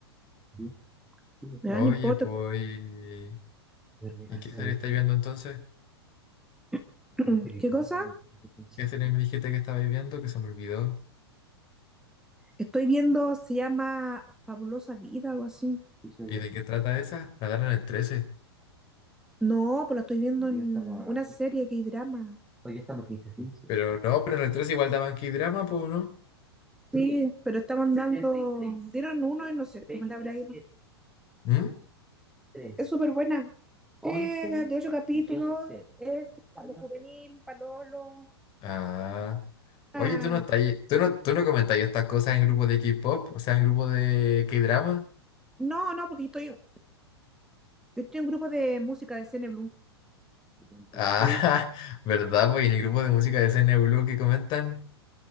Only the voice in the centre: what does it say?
sí. Ya,
no importa.
Pero le va a
salir
<clears throat> ¿Qué película, cosa? película.
Estoy viendo, se llama Fabulosa Vida, algo así. Ficha,
bueno.
No, pues la estoy viendo Hoy día en estamos a una aquí. serie, que drama. Hoy día estamos 15, 15.
Sí, pero estaban dando, 76, dieron uno y no sé cómo le habrá ido. 27,
Es súper buena. 11 Eh, once de ocho y capítulos, 11. es algo juvenil, palolo. Sí,
Ah,
no, no, porque yo estoy, yo estoy en un grupo de música de Cine Blue. 76,